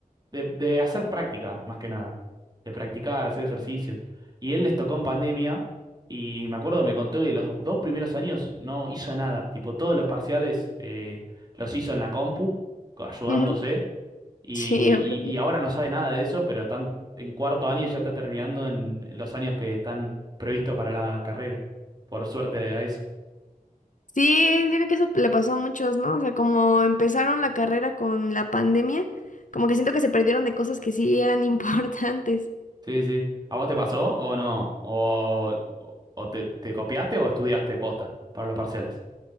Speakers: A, on the right (about 25°); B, on the left (about 60°).
A: de, de hacer práctica, más que nada, de practicar, hacer ejercicios. Y él les tocó en pandemia y me acuerdo que me contó que los dos primeros años no hizo nada, tipo todos los parciales eh, los hizo en la compu, co- ayudándose,
B: ujú.
A: y,
B: Sí, ok.
A: y, y ahora no sabe nada de eso, pero están en cuarto año y ya está terminando en los años que están previstos para la carrera, por suerte a eso.
B: Sí, yo creo que eso le pasó a muchos, ¿no? O sea, como empezaron la carrera con la pandemia, como que siento que se perdieron de cosas que sí eran <laughs> importantes.
A: Sí, sí. ¿A vos te pasó o no? ¿O, o te, te copiaste o estudiaste posta para los parciales?